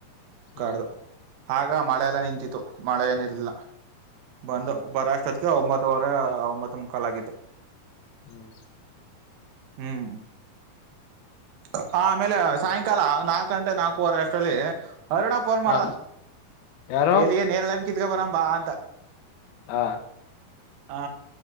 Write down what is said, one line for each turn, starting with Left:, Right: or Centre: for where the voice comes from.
Left: ಹ್ಮ್
Right: ಕಾಡ್ದು ಆಗ ಮಳೆಲ್ಲ ನಿಂತತ್ತು ಮಳೆ ನಿಲ್ಲ ಬಂದ
Left: ಹ್ಮ್
Right: ಬರಾಷ್ಟತ್ಗೆ ಒಂಬತ್ ಒಂಬತ್ತುವರೆ ಒಂಬತ್ತ ಮುಕಾಲ್ ಆಗಿತ್ತು
Left: ಹ್ಮ
Right: ಹ್ಮ್ ಆ ಆಮೇಲೆ ಸಾಯಂಕಾಲ ನಾಲ್ಕ ಗಂಟೆ ನಾಲ್ಕುವರೆ ಅಷ್ಟರಲ್ಲಿ ಅರುಣ ಫೋನ್
Left: ಹಾ
Right: ಮಾಡ್ದ
Left: ಯಾರು
Right: ಎಲ್ಲಿಗೆ ನೇರಲೆಣ್ ಕಿತ್ಕೋ ಬರನಾ ಬಾ ಅಂತ
Left: ಹಾ
Right: ಹಾ